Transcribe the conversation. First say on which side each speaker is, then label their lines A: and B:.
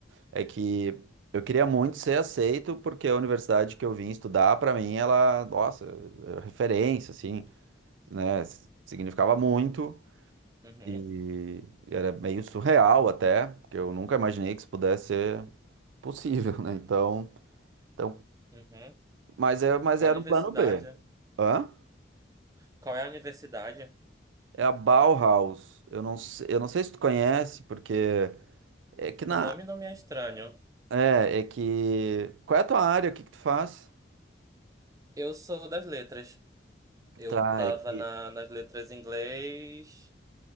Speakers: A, on the right (about 85°); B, on the right (about 20°).
A: É que eu queria muito ser aceito, porque a universidade que eu vim estudar, pra mim, ela, nossa, é referência, assim, né? s- Significava muito
B: Uhum,
A: e era meio surreal até, porque eu nunca imaginei que isso pudesse ser possível, né? Então, então,
B: uhum.
A: mas, é, mas
B: Qual
A: era
B: universidade?
A: um plano B. Hã?
B: Qual é a universidade?
A: É a Bauhaus. Eu não, se- eu não sei se tu conhece, porque. É que na.
B: O nome não me é estranho.
A: É, é que. Qual é a tua área? O que que tu faz?
B: Eu sou das letras. Eu
A: Tá,
B: tava
A: é que.
B: na, nas letras em inglês.